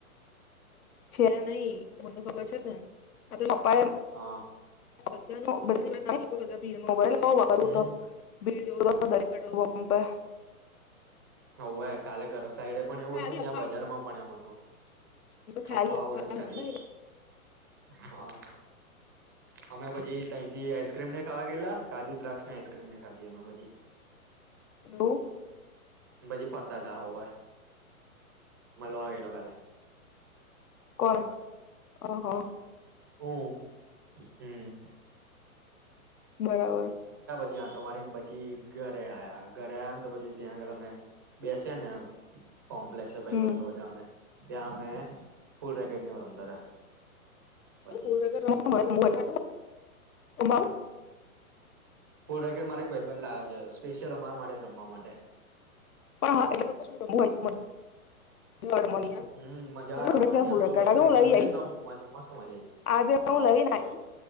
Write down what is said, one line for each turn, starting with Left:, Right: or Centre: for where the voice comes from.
Left: છે નહી, મને ખબર છે ને. <unintelligible>
Right: હા.
Left: બદલા બદની વાત લોકો બધા ભીડમાં મોબાઈલ <unintelligible> વાપરું
Right: હમ
Left: તો બ <unintelligible> દારે પેટ્રોલ પંપ એ <unintelligible>
Right: હવું કાલે ગર સાઈડે પણ એવું
Left: પર ખાલી
Right: હતું ને
Left: અફવા
Right: ત્યાં બજાર માં પણ એવું હતું.
Left: ખાલી
Right: અફ્ફા
Left: અફવા
Right: આવડેજ ખાલી,
Left: હતી ને એવું
Right: હા. અમે પછી તંથી આઈસક્રીમ ને ખાવા ગયેલા, કાજુ દ્રાક્ષ ને આઈ ક્રીમને ખાધી અમે ભજી
Left: હું.
Right: બાજી પરદાદા હોવે મલો આવીલો કાલે
Left: કોણ, ઓહો
Right: ઓ, હમ્મ.
Left: બરાબર.
Right: ત્યાં આટો મારી ને પછી ઘરે આ્યા. ઘરે આ્યા ને તો પછી ત્યાં આગળ અમે બેસિયાને કોમ્પ્લેક્સ છે, ભાઈ
Left: હમ્મ
Right: બંધો બધા અમે ત્યાં અમે ફુલ રેકેટને એવું રમતા હતા.
Left: <unintelligible>
Right: પછી ફૂલ રેકેટ મારો એક ભાઈબંધ લાયો છે, સ્પેશિયલ અમારા માટે, રમવા માટે
Left: પણ હા એટલે તો કુ શું નમું હોય છે મ <unintelligible> મ ફ
Right: હમ મજા રમવાની
Left: હું
Right: આમ શું કે ખાઈને
Left: લઈ
Right: રમીએ
Left: આઈશ
Right: ને આમ મસ્ત મજા આવી.
Left: આજે
Right: હા
Left: હું લઈનેશ